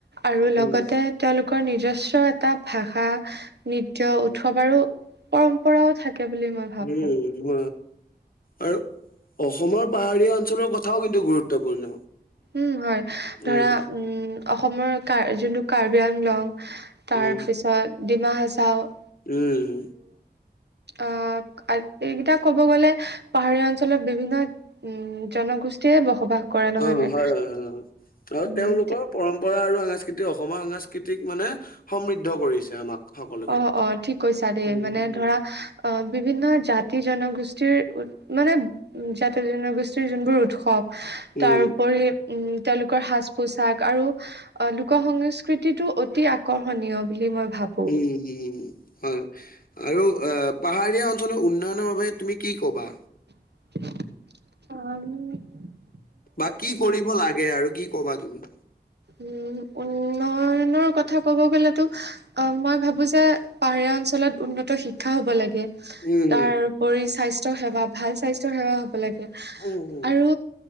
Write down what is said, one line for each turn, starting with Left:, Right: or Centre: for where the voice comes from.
Right: আৰু
Left: উম
Right: লগতে তেওঁলোকৰ নিজস্ব এটা ভাষা, নৃত্য, উৎসৱ আৰু পৰম্পৰাও থাকে। বুলি মই ভাবো
Left: উম নিম আৰু অসমৰ পাহাৰীয়া অঞ্চলৰ কথাও কিন্তু গুৰুত্বপূৰ্ণ।
Right: উম হয় ধৰা
Left: উম
Right: উম অসমৰ কাৰ যোনটো কাৰ্বি আংলং তাৰ
Left: উম
Right: পিছত ডিমা হাছাও।
Left: উম।
Right: অ এইকেইটা ক'ব গ'লে পাহাৰীয়া অঞ্চলত বিভিন্ন উম জনগোষ্ঠী বসবাস কৰা নহয়
Left: অ
Right: নে?
Left: হয় হয় হয় আৰু
Right: উম
Left: তেওঁলোকৰ পৰম্পৰা আৰু সাস্কৃতি অসমৰ সাংস্কৃতিক মানে সমৃদ্ধ কৰিছে আমাক সকলোকে
Right: অ অ ঠিক কৈছা দেই
Left: উম
Right: মানে
Left: উম
Right: ধৰা অ বিভিন্ন জাতি- জনগোষ্ঠী। মানে জাতি-জনগোষ্ঠীৰ যোনবোৰ উৎসৱ
Left: উম
Right: তাৰোপৰি উম তেওঁলোকৰ সাজ পোছাক আৰু অ লোক সংস্কৃতিতটো অতি আকৰ্ষণীয় বুলি মই ভাবো।
Left: উম উম উম হয়। আৰু আহ পাহাৰীয়া অঞ্চলৰ উন্নয়নৰ বাবে তুমি কি কবা?
Right: <unintelligible>
Left: বা কি কৰিব লাগে আৰু কি কবা তুমি?
Right: উম, উন্নয়নৰ কথা কব গলেতো অ মই ভাবো যে পাহা গাওঁ অঞ্চলত উন্নত শিক্ষা হব লাগে।
Left: উম
Right: তাৰপৰি স্বাস্থ্য সেৱা ভাল স্বাস্থ্য সেৱা হব লাগে
Left: উম উম উম
Right: আৰু